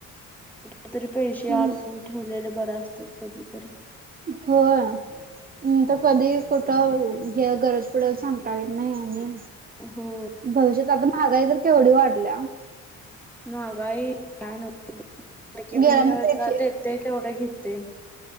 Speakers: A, in the centre; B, on the right.
A: कुठं तरी पैसे
B: हम्म
A: अडकून ठेवलेले बरं असतेत कधीतरी.
B: हो. नंतर कधी कुठं हे गरज पडेल सांगता येत नाही आणि
A: हो.
B: भविष्यात तर आता महागाई तर केवढी वाढल्या?
A: महागाई <unintelligible> लाडकी
B: गेल्या
A: बहीण
B: महिन्यात
A: योजना
B: एकशे
A: देते केवढं घेते.